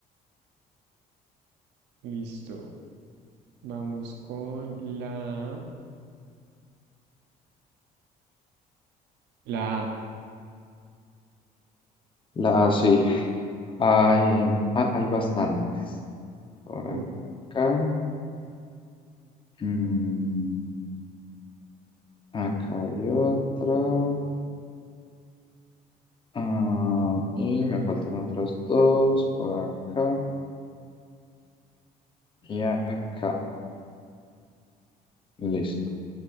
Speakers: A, on the right; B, on the left.
A: Listo. Vamos con la, la A.
B: La, sí. Hay, ah, hay bastante. Por
A: Uh,
B: acá. Mm, acá hay otra. Ah, y me faltan otras dos. Por acá y acá. Listo.